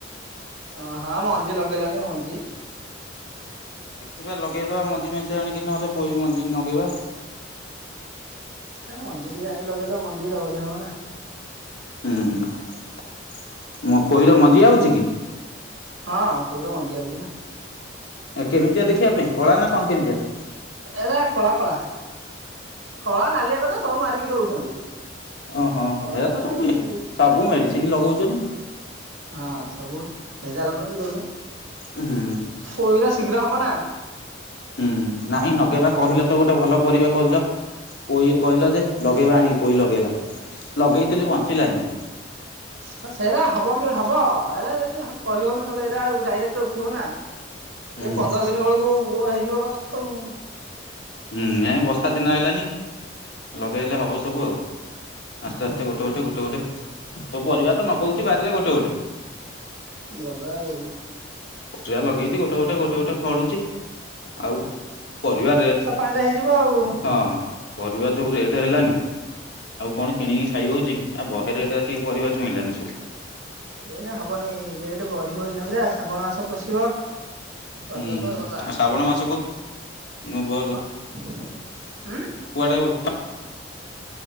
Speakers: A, on the right; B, on the left.
A: ଓ ହଁ ମଞ୍ଜି ଲଗେଇଲନି ମଞ୍ଜି
B: ଦେଖିବା ଲଗେଇଦବା ମଞ୍ଜି ମେଞ୍ଚ ଆଣିକି ନହେଲେ ପ ମଞ୍ଜି ଲଗେଇବା।
A: ଏ ମଞ୍ଜି ଟିକେ ଆଣି ଲଗେଇଦବ ମଞ୍ଜି ରା ବଢ଼ିଆ ହବ ନା।
B: ଉୁଁ ହୁଁ ମ ପୋଇର ମଞ୍ଜି ଆଉଚିକି।
A: ହଁ ପୋଇର ମଞ୍ଜିଆଉଚିନା।
B: କେମିତିଆ ଦେଖିବା ପାଇଁ କଳାନା କଣ କେମିତିଆ?
A: ଏରା କଳା କଳା କଳା ନାଲି ଏବେତ ସବୁ ମାରିକି ଦଉଛନ୍ତି।
B: ଓହୋ
A: କଳା
B: ଏରାତ
A: ନାଲି
B: ସବୁ
A: ଏମିତି
B: ମେ ସବୁ ମେଡିସିନ ଲଗଉଚନି।
A: ହଁ ସବୁ ଭେଜାଲ କରିକି ଦଉନ।
B: ଉୁଁ ହୁଁ
A: ପୋଇରା ଶୀଘ୍ର ହବନା।
B: ହୁଁ ନାହିଁ ନଗେଇବା କହିଲତ ଗୋଟେ ଭଲ ପରିବା କହିଲ? ପୋଇ କହିଲଯେ ଲଗେଇବା ଆଣିକି ପୋଇ ଲଗେଇବା ଲଗେଇଥିଲି ବଞ୍ଚିଲାନି।
A: ହଁ ସେରା ହବକି ହବ ଏରା ଯଦି କହିହଉନି ନହେଲେ ଏରା ଡାଇରେକ୍ଟ ଥିବନା
B: ହୁଁ
A: ଇଏ ପନ୍ଦର ଦିନବେଳକୁ ଗୁରେ ହେଇଯିବ ଗଛ ଆଉ।
B: ହୁଁ ନାଇଁ ବର୍ଷାଦିନ ଆଇଲାନି ଲଗେଇଲେ ହବ ସବୁ ଆଉ। ଆସ୍ତେ
A: ହବ
B: ଆସ୍ତେ
A: ପୋଇ
B: ଗୋଟେ ଗୋଟେ ଗୋଟେ ଗୋଟେ ସବୁ ପରିବାତ ନଗଉଚି ବାରିରେ ଗୋଟେ ଗୋଟେ।
A: ଲଗା ଆଉ।
B: ପଛୁଆ ଲଗେଇଛି ଗୋଟେ ଗୋଟେ ଗୋଟେ ଗୋଟେ ଫଳୁଛି ଆଉ ପରିବା ରେଟ
A: ପାଣିଟା ହେଇଯିବ। ଆଉ।
B: ହଁ ପରିବା ଯୋଉ ରେଟ ହେଲାନି। ଆଉ କଣ କିଣିକି ଖାଇହଉଛିକି ଆ ବହେରେଟ ଆସିକି ପରିବା ଛୁଇଁଲାଣି ସବୁ।
A: ଏଇନା ହବନି ରେଟ ବଢିବ ଏଇନା ପୁରା ଶ୍ରାବଣ ମାସ ପଶିବ। ରଜ
B: ହୁଁ
A: ତ
B: ହୁଁ
A: ଗଲା।
B: ଆଉ ଶ୍ରାବଣ ମାସକୁ <unintelligible>
A: ଉୁଁ।
B: କୁଆଡେ ଓଉ।